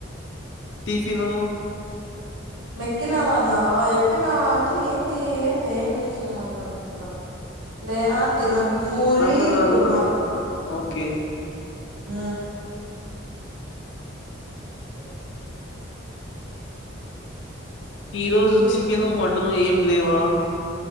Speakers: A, on the left; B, on the right.
A: టిఫిను.
B: నెక్కినావా అన్నావా ఎక్కినావా అంటే ఏంది ఏంది ఏం నెక్కినావా అంటారు లె ఆ తిన్న పూరి
A: నన్ను కాదు
B: కురుమా
A: ఆ, ఓకే
B: ఆ ఇ
A: ఈ రోజు
B: ఇంకా
A: చికెను, మటన్ ఏం లేవా.